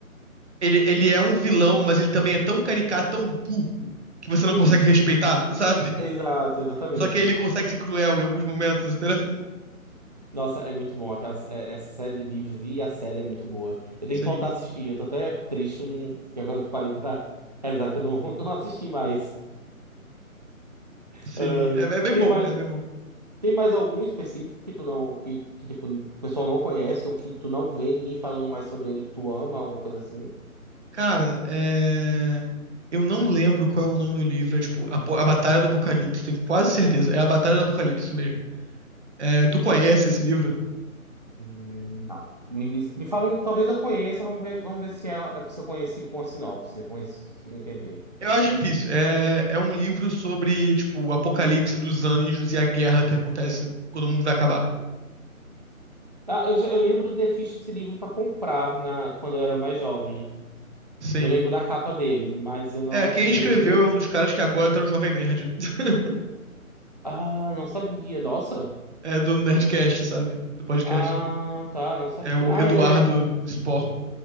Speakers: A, on the right (about 50°); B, on the right (about 30°).
A: ele, ele é um vilão, mas ele também é tão caricato, tão burro, que você
B: Sim,
A: não consegue respeitar, sabe?
B: exato, exatamente.
A: Só que ele consegue ser cruel em alguns momentos, entendeu?
B: Nossa, é muito bom. Aquela, é- essa série de livros e a série é muito boa. Eu tenho
A: Sim,
B: que voltar a assistir. Eu tô até triste que, eu não- que agora que eu parei pra realizar que eu não, <laughs> não assisti mais.
A: sim.
B: Ah,
A: É, é bem
B: tem
A: bom,
B: mais.
A: é bem bom.
B: Tem mais algum específico que tu não, que, que tipo, o pessoal não conhece ou que tu não vê ninguém falando mais sobre ele que tu ama, alguma coisa assim?
A: Cara, é... eu não lembro qual é o nome do livro, é tipo, A, Po- A Batalha do Apocalipse, tenho quase certeza. É A Batalha do Apocalipse, isso mesmo. É, tu conhece esse livro?
B: Hum, Não. Me, diz- me fala um, talvez eu conheça, vamos ver, vamos ver se, é, se eu conheci com a sinopse, se eu consigo entender.
A: Eu acho difícil. É, é um livro sobre, tipo, o apocalipse dos anjos e a guerra que acontece quando o mundo vai acabar.
B: Ah, eu, já- eu lembro de ter visto esse livro para comprar na, quando eu era mais jovem.
A: Sim.
B: Eu lembro da capa dele, mas eu não
A: É, quem
B: cheguei.
A: escreveu é um dos caras que agora tá no Jovem Nerd. <laughs>
B: Ah, não sabia, nossa.
A: É do Nerdcast, sabe? Do podcast.
B: Ah, tá, não sabia.
A: É o
B: Ah,
A: Eduardo
B: ele é.
A: Spor.